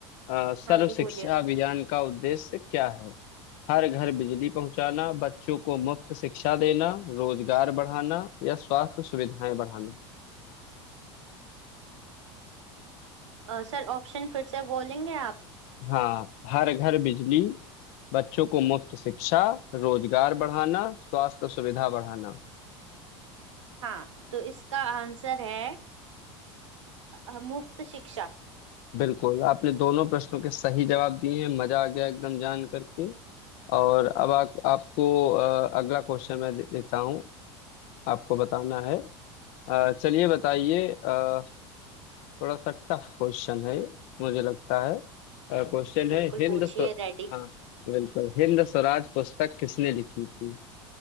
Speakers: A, on the left; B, on the right.
A: अ, सर्व
B: हाँ जी
A: शिक्षा
B: बोलिए
A: अभियान का उद्देश्य क्या है हर घर बिजली पहुंचाना बच्चों को मुफ्त शिक्षा देना रोजगार बढ़ाना या स्वास्थ्य सुविधाएं बढ़ाना
B: अ, सर ऑप्शन फिर से बोलेंगे आप
A: हाँ हर घर बिजली बच्चों को मुफ्त शिक्षा रोजगार बढ़ाना स्वास्थ्य सुविधा बढ़ाना
B: हाँ तो इसका आंसर है अ, मुफ्त शिक्षा
A: बिल्कुल आपने दोनों प्रश्नों के सही जवाब दिए हैं मजा आ गया एकदम जान करके और अब आप आपको अ, अगला क्वेश्चन मैं दे, देता हूँ आपको बताना है अ, चलिए बताइए अ, थोड़ा सा टफ क्वेश्चन है मुझे लगता है क्वेश्चन है
B: बिल्कुल
A: हिंद
B: पूछिए
A: स्व...
B: रेडी
A: हाँ बिल्कुल हिंद स्वराज पुस्तक किसने लिखी थी